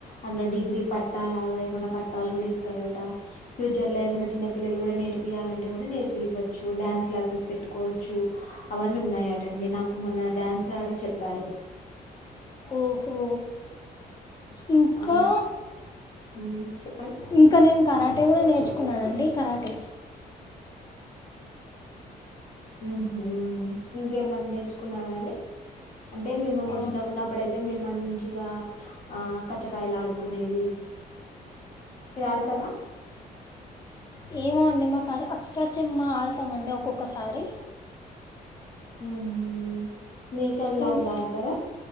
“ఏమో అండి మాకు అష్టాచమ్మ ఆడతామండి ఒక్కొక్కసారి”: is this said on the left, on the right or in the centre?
Left